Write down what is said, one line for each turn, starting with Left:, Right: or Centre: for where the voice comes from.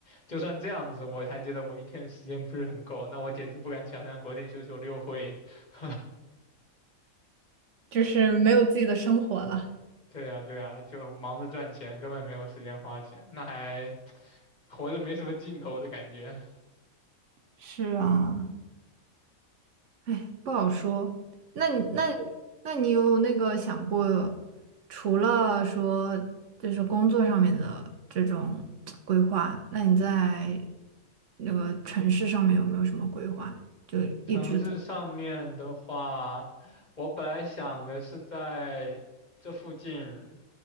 Left: 就算这样子，我还觉得我一天时间不是很够。那我简直不敢想象国内九九六会，<laughs>
Right: 就是没有自己的生活了。
Left: 对呀对呀，就忙着赚钱，根本没有时间花钱，那还活着没什么劲头的感觉。
Right: 是啊，哎，不好说。那你那你
Left: 对，
Right: 那你有那个想过，除了说就是工作上面的这种规划，那你在那个城市上面有没有什么规划？就一直都，
Left: 城市上面的话，我本来想的是在这附近